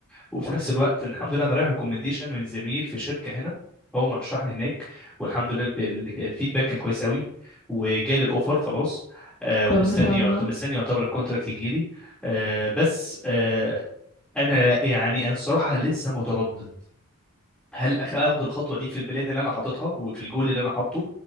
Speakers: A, in the centre; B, on the left.
A: وفي نفس الوقت الحمد لله انا رايح ريكومنديشن من زميل في شركه هنا هو مرشحني هناك والحمد لله الب- ال- الفيدباك كان كويس قوي وجالي الاوفر خلاص آه ومستني
B: طب ما شاء الله
A: يعت- مستني يعتبر الكونتراكت يجي لي آه بس آه انا يعني انا الصراحه لسه متردد هل أخ- اخد الخطوه دي في البلان اللي انا حاططها وفي الجول اللي انا حاطه